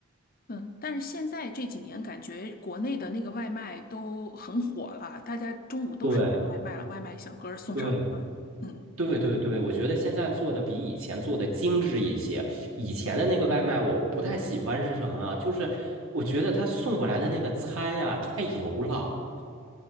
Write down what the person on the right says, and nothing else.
对
对
对对对，我觉得现在做的比以前做的精致一些。以前的那个外卖我不太喜欢是什么啊就是我觉得他送过来的那个餐呀，太油了。